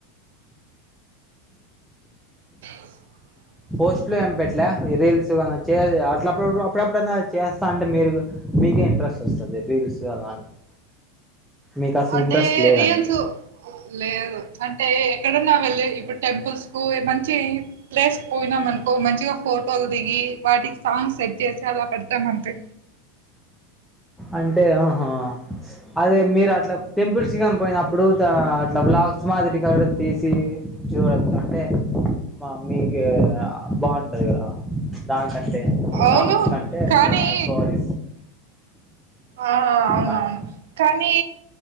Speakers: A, on the right; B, in the centre.
A: <inaudible>
B: పోస్ట్లు ఏం పెట్లే రీల్స్ గన్నా చే అట్ల అప్పుడప్పుడు అప్పుడప్పుడనా జేస్తా అంటే మీరు మీకే ఇంట్రెస్ట్ వస్తది రీల్స్ అలాంటివి మీకు అసలు
A: అంటే
B: ఇంట్రెస్ట్ లేదంటే
A: రీల్స్ లేదు అంటే ఎక్కడన్నా వెళ్ళి ఇప్పుడు టెంపుల్స్ కు మంచి ప్లేస్ పోయినాం అనుకో మంచిగా ఫోటోలు దిగి వాటికి సాంగ్ సెట్ జేసి అలా పెడతాం అంతే
B: అంటే ఆహా అదే మీరు అట్లా టెంపుల్స్ గాని పోయినప్పుడు ద అట్లా వ్లాగ్స్ మాదిరిగా తిసి చూడచ్చు అంటే మా మీకే బాగుంటది గదా దానికంటే
A: అవును
B: సాంగ్స్ కంటే
A: కానీ
B: మీ వాయిస్ ఓవర్
A: ఆ అవునవును
B: కానీ
A: కానీ